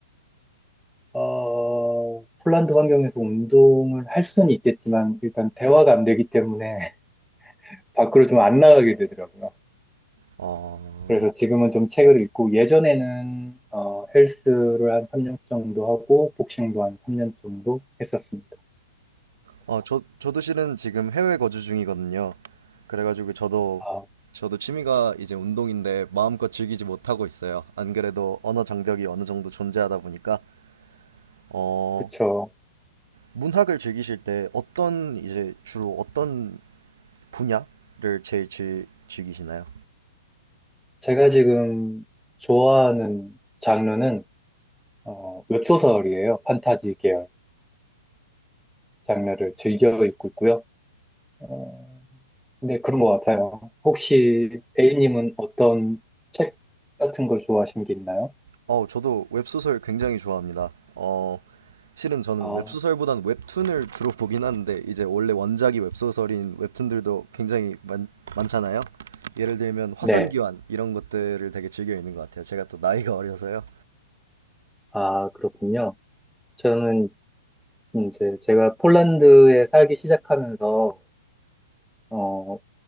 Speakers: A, in the centre; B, on the right (about 60°).
A: 어, 폴란드 환경에서 운동을 할 수는 있겠지만 일단 대화가 안 되기 때문에 <laughs> 밖으로 좀 안 나가게 되더라고요.
B: 어,
A: 그래서 지금은 좀 책을 읽고 예전에는 어, 헬스를 한 3년 정도 하고 복싱도 한 3년 정도 했었습니다.
B: 어, 저, 저도 실은 지금 해외 거주 중이거든요. 그래가지고 저도,
A: 아,
B: 저도 취미가 이제 운동인데 마음껏 즐기지 못하고 있어요. 안 그래도 언어 장벽이 어느 정도 존재하다 보니까, 어,
A: 그쵸.
B: 문학을 즐기실 때 어떤, 이제 주로 어떤 분야를 제일 즐, 즐기시나요?
A: 제가 지금 좋아하는 장르는 어, 웹소설이에요. 판타지 계열 장르를 즐겨 읽고 있고요. 어, 근데 그런 것 같아요. 혹시 A님은 어떤 책 같은 걸 좋아하시는 게 있나요?
B: 어, 저도 웹소설 굉장히 좋아합니다. 어, 실은 저는
A: 아,
B: 웹소설보단 웹툰을 주로 보긴 하는데, 이제 원래 원작이 웹소설인 웹툰들도 굉장히 많, 많잖아요. 예를 들면 화산기환
A: 네.
B: 이런 것들을 되게 즐겨 읽는 것 같아요. 제가 또 나이가 어려서요.
A: 아, 그렇군요. 저는 이제 제가 폴란드에 살기 시작하면서 어,